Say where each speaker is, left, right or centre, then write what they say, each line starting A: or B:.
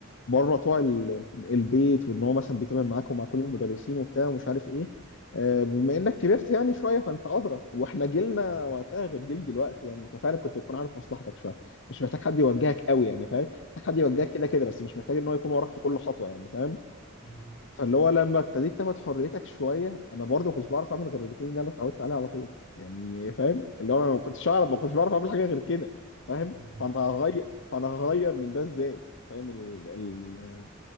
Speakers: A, on the left (about 60°); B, on the left (about 25°).
A: بره طوع ال- البيت وان هو مثلا بيتعامل معاك ومع كل المدرسين وبتاع ومش عارف ايه آه، بما انك كبرت يعني شويه فانت ادرى واحنا جيلنا
B: م.
A: وقتها غير جيل دلوقتي يعني انت فعلا كنت بتكون عارف مصلحتك شويه مش محتاج حد يوجهك قوي يعني فاهم محتاج حد يوجهك كده كده بس مش محتاج ان هو يكون وراك في كل خطوه يعني فاهم
B: ايوه
A: فاللي هو لما ابتديت تاخد حريتك شويه انا برضه كنتش بعرف اعمل غير الروتين اللي انا اتعودت عليه على طول يعني فاهم اللي هو ما كنتش اعرف ما كنتش بعرف اعمل حاجه غير كده فاهم
B: ايوه
A: فانا هغير فانا هغير من ده ازاي فاهم ال... ال...